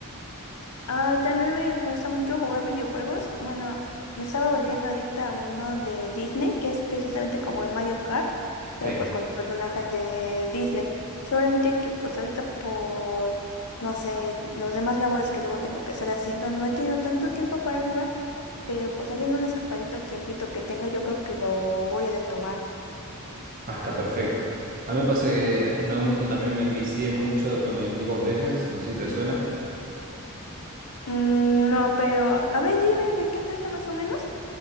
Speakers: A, on the left; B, on the right.
A: Ay, también me gusta mucho jugar videojuegos. Bueno, me estaba volviendo adicta a uno de Disney, que es precisamente como el Mario Kart,
B: Sí,
A: pero pues con los personajes de Disney. Solamente que pues ahorita por, no sé, los demás labores que luego tengo que estar haciendo, no he tenido tanto tiempo para jugar, pero pues ahí en un escapadito el tiempito que tenga, yo creo que lo voy a retomar.
B: hasta perfecto. A mí me pasa que en algún momento también me envicié mucho con el League of Legends, no sé si te suena.
A: Mm, no, pero a ver, dime de qué trata más o menos.